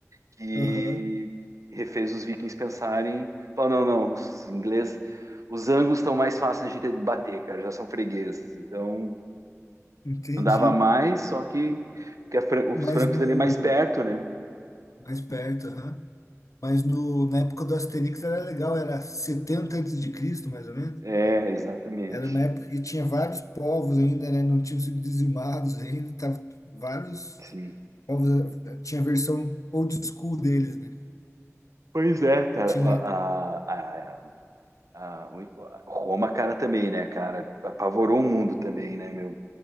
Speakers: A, on the right; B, on the left.
A: que
B: Aham,
A: refez os vikings pensarem, falou, não, não, os ingleses, os anglos estão mais fáceis de a gente bater, cara, já são fregueses. Então
B: entendi.
A: andava mais, só que porque a fran- os
B: Mas
A: francos
B: no
A: ali é mais perto, né?
B: mais perto, aham. Mas no, na época do Asterix era legal, era 70 antes de Cristo, mais ou menos.
A: É, exatamente.
B: Era uma época que tinha vários povos ainda, né? Não tinham sido dizimados ainda, tava vários
A: Sim.
B: povos, eh, tinha a versão old school deles, né?
A: Pois é, cara.
B: Tinha
A: A, a- a- a- o- a Roma, cara, também, né, cara? Apavorou o mundo também, né, meu?